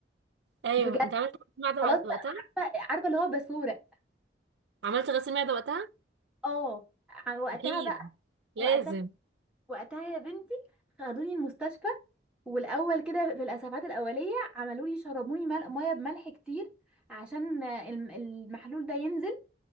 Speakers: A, on the right; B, in the centre.
A: ايوه
B: بجد
A: انت عملت غسيل معده
B: خلاص
A: وقت- وقتها
B: بقى عارفه عارفه اللي هو باسوره
A: عملت غسيل معده وقتها
B: اه ع- وقتها
A: اكيد
B: بقى
A: لازم
B: وقتها وقتها يا بنتي خدوني المستشفى والاول كده في الاسعافات الاوليه عملوا لي شربوني مل... ميه بملح كتير عشان آه، الم- المحلول ده ينزل